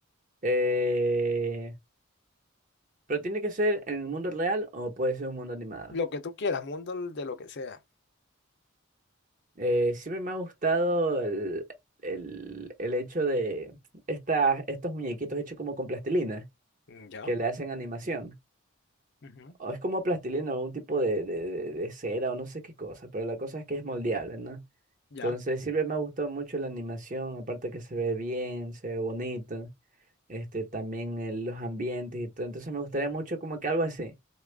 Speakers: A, on the right (about 40°); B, on the left (about 55°).
A: Eh, ¿pero tiene que ser en el mundo real o puede ser un mundo animado?
B: Lo que tú quieras, mundo de lo que sea.
A: Eh, siempre me ha gustado el, el- el hecho de estas estos muñequitos hechos como con plastilina,
B: Mm, Ya.
A: que le hacen animación.
B: Ujú.
A: O es como plastilina o un tipo de, de, de- de cera o no sé qué cosa, pero la cosa es que es moldeable, ¿no?
B: Ya.
A: Entonces siempre me ha gustado mucho la animación, aparte que se ve bien, se ve bonito, este, también eh, los ambientes y todo. Entonces me gustaría mucho como que algo así.